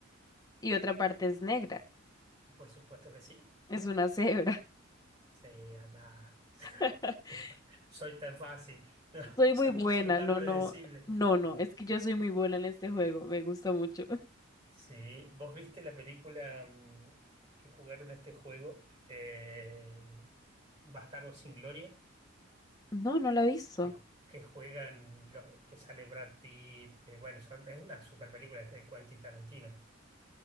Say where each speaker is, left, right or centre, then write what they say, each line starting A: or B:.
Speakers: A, on the left; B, on the right.
A: y otra parte es negra,
B: por supuesto que sí.
A: es una cebra.
B: Sí, anda. <laughs>
A: <laughs>
B: Soy tan fácil, <laughs> no,
A: Soy
B: so-
A: muy buena,
B: soy tan
A: no,
B: predecible.
A: no, no, no, es que yo soy muy buena en este juego, me gusta mucho.
B: Sí, ¿vos viste la película mm, que jugaron este juego? Eh, Bastardos sin Gloria,
A: No, no la he visto,
B: que, ju- que juegan, los- que sale Brad Pitt, eh, bueno, son, es una super película de Quentin Tarantino,